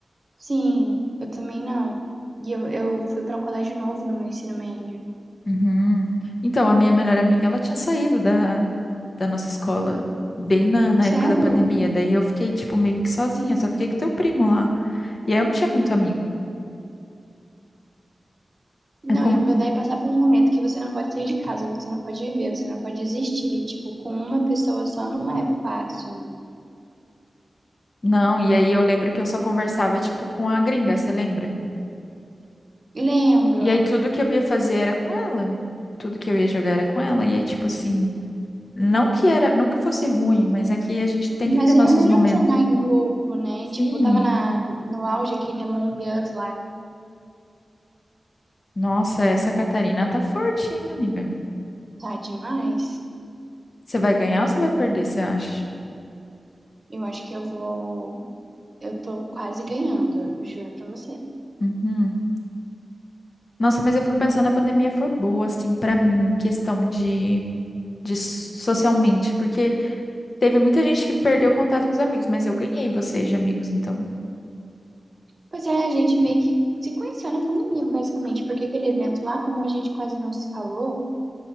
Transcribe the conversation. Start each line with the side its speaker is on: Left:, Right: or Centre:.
Right: Sim, eu também não. E eu, eu fui pra um colégio novo no meu ensino médio.
Left: Uhum. Então, a minha melhor amiga, ela tinha saído da, da nossa escola. Bem na, na época
Right: Sério?
Left: da pandemia, daí eu fiquei, tipo, meio que sozinha, só fiquei com teu primo lá. E aí eu não tinha muito amigo.
Right: Não,
Left: Eu
Right: e daí passar por um momento que você não pode sair de casa, você não pode viver, você não pode existir. Tipo, com uma pessoa só não é fácil.
Left: Não, e aí eu lembro que eu só conversava, tipo, com a gringa, você lembra?
Right: Lembro.
Left: E aí tudo que eu ia fazer era com ela. Tudo que eu ia jogar era com ela. E aí, tipo assim, não que era, não que fosse ruim, mas aqui a gente tem que
Right: Mas
Left: ter
Right: é
Left: nossos
Right: melhor
Left: momentos.
Right: jogar em grupo, né?
Left: Sim,
Right: Tipo, eu tava
Left: e-
Right: na, no auge aquele Among Us lá.
Left: nossa, essa Catarina tá forte, hein, amiga?
Right: Tá demais.
Left: Você vai ganhar ou você vai perder, você acha?
Right: Eu acho que eu vou. Eu tô quase ganhando, juro pra você.
Left: Uhum. Nossa, mas eu fico pensando, a pandemia foi boa, assim, pra mim, em questão de, de socialmente, porque teve muita gente que perdeu contato com os amigos, mas eu ganhei vocês de amigos, então.
Right: Pois é, a gente meio que se conheceu na pandemia, basicamente, porque aquele evento lá, como a gente quase não se falou.